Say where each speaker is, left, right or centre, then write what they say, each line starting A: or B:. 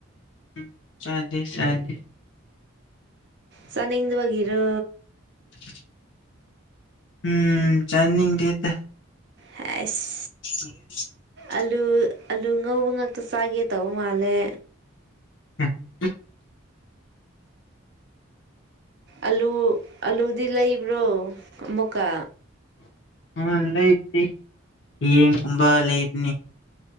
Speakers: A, on the left; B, on the right.
A: ꯎ ꯆꯗꯦ ꯆꯅꯦꯦ
B: ꯆꯅꯤꯡꯗ ꯋꯥꯒꯦꯔ
A: <unintelligible> ꯎꯝ ꯆꯔꯅꯤꯡ ꯗꯦꯗ
B: ꯍꯥꯏꯁ
A: <unintelligible>
B: ꯑꯂꯨ ꯑꯂꯨ ꯉꯧꯕ ꯉꯥꯛꯇ ꯆꯥꯒꯦ ꯇꯧꯕ ꯃꯥꯜꯂꯦ
A: ꯎꯝ
B: ꯑꯂꯨ ꯑꯂꯨꯗꯤ ꯂꯩꯕ꯭ꯔꯣ ꯑꯃꯨꯀꯥ
A: ꯎꯝ ꯂꯩꯗꯅꯤ ꯌꯦꯌꯦꯡꯒꯨꯝꯕ ꯂꯩꯗꯅꯤ